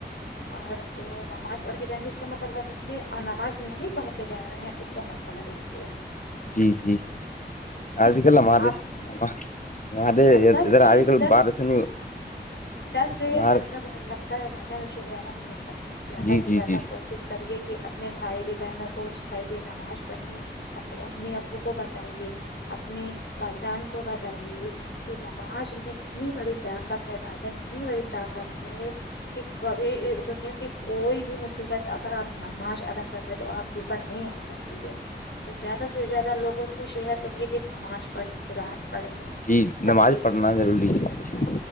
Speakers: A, on the left; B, on the left.
A: اور تو نماز پڑھ کے جائیں گے اس کا مطلبہ دیکھیے اور نماز نہیں پڑھ کے جا رہے ہیں اس کا مرتبہ تبا دیکھیے آپ
B: جی جی
A: جی
B: آج کل ہمارے
A: آپ
B: ہمارے
A: دس
B: اھرا
A: سے
B: آج کل
A: دس
B: بہار س نہیں
A: دس سے یا
B: ہمارے
A: پندرہ منٹ لگتا ہے بھائی جان اسے زیادہ نہیں لگتا زیادہ
B: جی
A: سے
B: جی
A: زیادہ
B: جی
A: کوس کریے کہ اپنے بھائی بہنوں کو سکھائیے نماز پڑھیں اپنی امی ابو کو ب بتائیے اپنے والدان کو ب بتائیے کہ نماز میں اتنی بڑی طاقت ہے بھائی جان اتنی بڑی طاقت ہے کہ کبھی دنیا کے کوئی بھی مصیبت اگر آپ نماز ادا کر رہے ہیں تو آپ کے اوپر نہیں آ سکتی ہے زیادہ سے زیادہ لوگوں کو شیئر کریے کہ نماز پڑھیں قرآن پڑھیں
B: جی
A: تعلیم
B: نماز پڑھنا ضروری ہے